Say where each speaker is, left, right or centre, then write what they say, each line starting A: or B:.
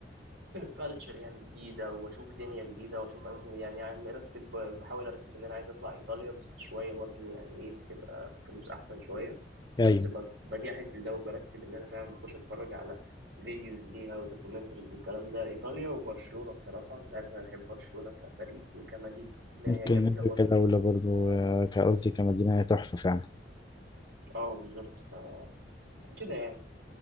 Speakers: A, on the right; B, on the left.
A: كالتشر يعني جديدة وأشوف دنيا جديدة وأشوف أماكن جديدة يعني عم مرتب بحاول أرتب إن أنا عايز أطلع إيطاليا بس شوية برضو يعني إيه تبقى فلوس أحسن شوية بس
B: ايوه
A: ب- بجهز لده وبرتب إن أنا فعلا بخش أتفرج على فيديوز ليها ودوكيومنتريز والكلام ده إيطاليا وبرشلونة بصراحة أنت عارف أنا بحب برشلونة كفريق وكمدينة هي
B: ممكن
A: جميلة
B: نبدأ
A: برضو
B: كدولة برضو آه، كقصدي كمدينة هي تحفة فعلا
A: أه بالظبط ف- فكده يعني